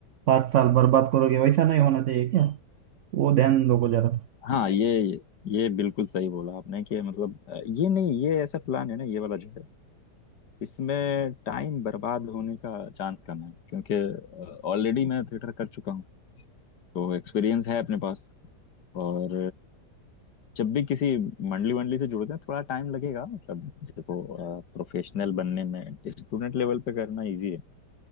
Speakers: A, on the right (about 75°); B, on the left (about 75°).
A: पाँच साल बर्बाद करोगे वैसा नहीं होना चाहिए क्या वो ध्यान दोगे जरा
B: हाँ ये ये बिल्कुल सही बोला आपने कि मतलब अ, ये नहीं ये ऐसा प्लान है ना ये वाला जो है इसमें टाइम बर्बाद होने का चांस कम है क्योंकि ऑलरेडी मैं थिएटर कर चुका हूँ तो एक्सपीरियंस है अपने पास और जब भी किसी मंडली वंडली से जुड़ते हैं थोड़ा टाइम लगेगा मतलब देखो प्रोफेशनल बनने में स्टूडेंट लेवल पे करना इजी है